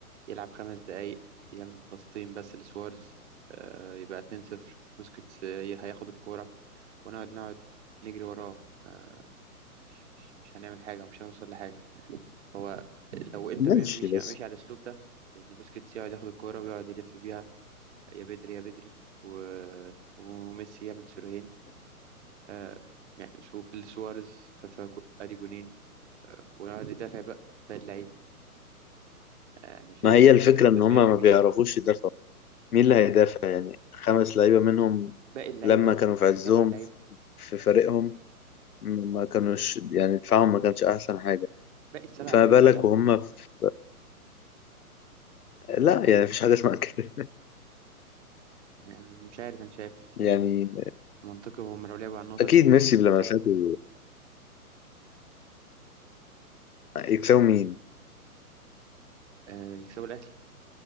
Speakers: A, on the right; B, on the left.
A: يلعب خمس دقايق يعمل باصتين بس لسوارز آه، يبقى 2-0 بوسكيتس آه، هياخد الكورة ونقعد نقعد نجري وراه آه، مش مش مش هنعمل حاجة ومش هنوصل لحاجة هو لو انتر
B: ماشي
A: ميامي مشي
B: بس
A: مشي على الأسلوب ده إن بوسكيتس يقعد ياخد الكورة ويقعد يلف بيها يا بدري يا بدري و... وميسي يعمل سيروهين آه، يعني سو- لسوارز ف- ف- ادي جونين ونقعد ندافع بقى باقي اللعيبة آه، أنا شايف
B: ما هي الفكرة
A: انتر
B: إن هما
A: ميامي
B: ما بيعرفوش
A: مش
B: يدافعوا مين اللي هيدافع يعني خمس لعيبة منهم
A: باقي اللعيبة
B: لما
A: بقى
B: كانوا في عزهم
A: سبع لعيبة
B: في فريقهم ما كانوش يعني دفاعهم ما كانش أحسن حاجة
A: باقي السبع
B: فما
A: لعيبة
B: بالك وهم في...
A: يعني
B: لا
A: انت
B: يعني مفيش حاجة اسمها كده
A: م- مش عارف انت شايف
B: <laughs>
A: آه،
B: يعني
A: منطقي هم لو لعبوا على النقطة
B: أكيد
A: دي ممكن
B: ميسي بلمساته
A: يكسبوا
B: يكسبوا مين؟
A: آه، يكسبوا الأهلي